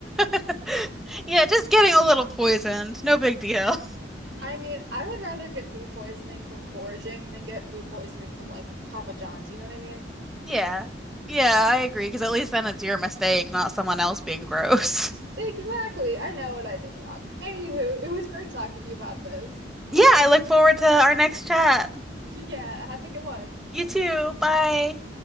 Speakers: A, in the centre; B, on the right.
A: <laughs> Yeah, just getting a little poisoned. No big deal.
B: I mean, I would rather get food poisoning from foraging than get food poisoning from like Papa John's. You know what I mean?
A: Yeah. Yeah, I agree, because at least then it's your mistake, not someone else being gross. <laughs>
B: Exactly. I know what I did wrong. Anywho, it was great talking to you about this.
A: Yeah, I look forward to our next chat.
B: <laughs> Yeah, have a good one.
A: You too. Bye.